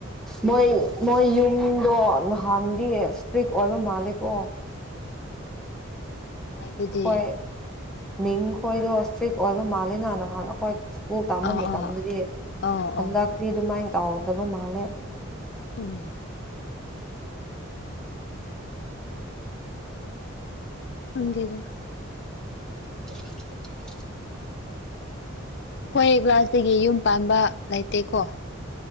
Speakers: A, in the centre; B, on the left.
A: ꯃꯣꯏ ꯃꯣꯏ ꯌꯨꯝꯗꯣ ꯅꯍꯥꯟꯗꯤ ꯏꯁꯇ꯭ꯔꯤꯛ ꯑꯣꯏꯕ ꯃꯥꯜꯂꯦꯀꯣ
B: ꯍꯥꯏꯕꯗꯤ
A: ꯍꯣꯏ ꯅꯤꯡ ꯍꯣꯏꯗ ꯛ ꯑꯣꯏꯕ ꯃꯥꯜꯜꯂꯤꯦ ꯅ ꯍꯥꯟ ꯍꯣꯏ ꯁ꯭ꯀꯨꯜ ꯇꯥꯝꯕ
B: ꯑꯥ
A: ꯃꯇꯝꯗꯗꯤ
B: ꯑꯥ ꯑꯥ
A: ꯍꯟꯗꯛꯇꯤ
B: ꯑꯥ
A: ꯑꯗꯨꯃꯥꯏꯅ ꯇꯥꯎꯗꯕ ꯃꯥꯜꯂꯦ
B: ꯎꯝ ꯑꯣꯗꯗ
A: <inaudible>
B: ꯍꯈꯣꯏ ꯀ꯭ꯂꯒ꯭ꯂꯥꯁꯇꯒꯤ ꯌꯨꯝ ꯄꯥꯟꯕ ꯂꯩꯇꯦꯀꯣ